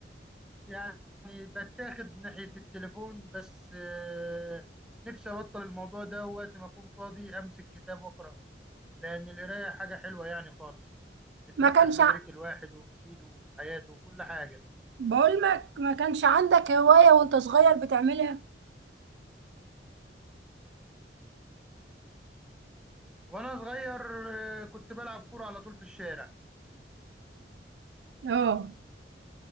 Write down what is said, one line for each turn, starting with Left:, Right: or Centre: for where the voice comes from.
Centre: يعني بتاخد ناحية التليفون بس آه، نفسي أبطل الموضوع ده وقت ما أكون فاضي أمسك كتاب وأقرأ فيه لأن القراية حاجة حلوة يعني خالص بتفتح
Right: ما كانش
Centre: مدارك
Right: ع-
Centre: الواحد وبتفيده في حياته وكل حاجة
Right: بقول لك ما كانش عندك هوايه وانت صغير بتعملها
Centre: وأنا صغير آه، كنت بلعب كورة على طول في الشارع
Right: اه